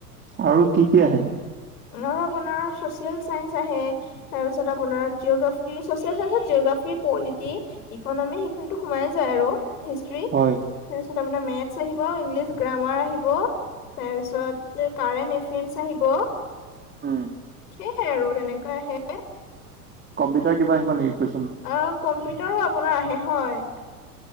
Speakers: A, on the right; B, on the left.
A: আৰু কি কি আহেনো?
B: আৰু আপোনাৰ ছচিয়েল চাইন্স আহে। তাৰপিছত আপোনাৰ জিঅ'গ্ৰাফি, চচিয়েল চত জিঅগ্ৰাফি পলিটি এইকন আমি সেইখিনিতো সোমাই যায় আৰু, হিষ্ট্ৰী
A: হয়।
B: তাৰপিছ আপোনাৰ মেঠ্চ আহিব আৰু ইংলিছ গ্ৰামাৰ আহিব। তাৰ পিছত কাৰেণ্ট এফেয়াৰ্চ আহিব।
A: উম।
B: সেয়াই আৰু তেনেকুৱা আহে
A: কম্পিটাৰ কিবা আহিব নেকি কুৱেচন?
B: অ কম্পিউটাৰো আপোনাৰ আহে হয়